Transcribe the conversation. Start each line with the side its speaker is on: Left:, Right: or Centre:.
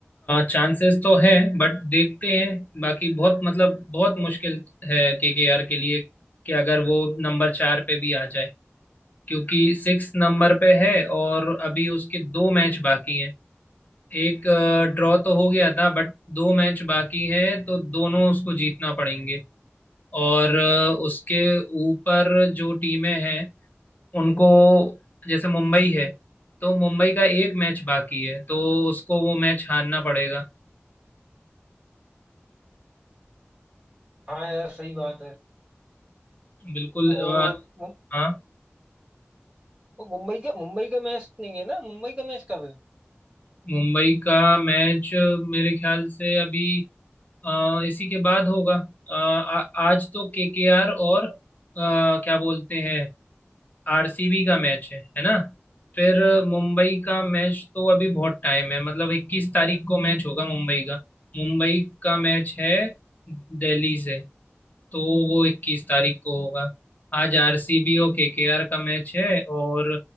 Left: चांसेस तो हैं बट देखते हैं बाकी बहुत मतलब बहुत मुश्किल है केकेआर के आर के लिए कि अगर वो नंबर चार पे भी आ जाए क्योंकि सिक्स नंबर पे है और अभी उसके दो मैच बाकी हैं एक ड्रॉ तो हो गया था बट दो मैच बाकी हैं तो दोनों उसको जीतना पड़ेंगे और अ, उसके ऊपर जो टीमें हैं उनको जैसे मुंबई है तो मुंबई का एक मैच बाकी है तो उसको वो मैच हारना पड़ेगा
Right: हाँ यार सही बात है
Left: बिल्कुल
Right: और
Left: और
Right: वो-
Left: हाँ
Right: वो मुंबई का मुंबई का मैच नहीं है ना मुंबई का मैच कब है
Left: मुंबई का मैच मेरे ख्याल से अभी अ, इसी के बाद होगा अ, आ, आज तो केकेआर और अ, क्या बोलते हैं आरसीबी का मैच है है ना फिर मुंबई का मैच तो अभी बहुत टाइम है मतलब इक्कीस तारीख को मैच होगा मुंबई का मुंबई का मैच है दिल्ली से तो वो इक्कीस तारीख को होगा आज आरसीबी और केकेआर का मैच है और